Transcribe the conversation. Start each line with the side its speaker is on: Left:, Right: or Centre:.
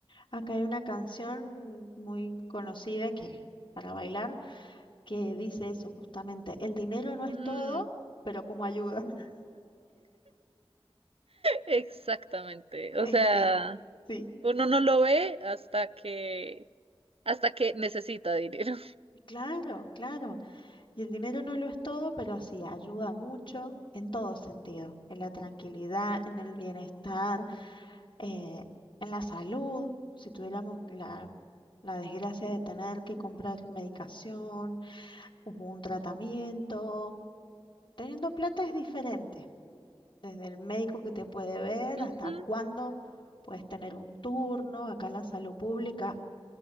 Left: acá hay una canción muy conocida que para bailar que dice eso justamente, el dinero no es
Right: Mm,
Left: todo, pero como ayuda. <laughs>
Right: Exactamente. O
Left: Es
Right: sea,
Left: que sí,
Right: uno no lo ve hasta que, hasta que necesita dinero.
Left: claro, claro. Y el dinero no lo es todo, pero sí ayuda mucho en todo sentido, en la tranquilidad, en el bienestar, eh, en la salud. Si tuviéramos la, la desgracia de tener que comprar medicación o un tratamiento. Teniendo plata es diferente, desde el médico que te puede ver
Right: <laughs> Ujú.
Left: hasta cuándo puedes tener un turno. Acá en la salud pública,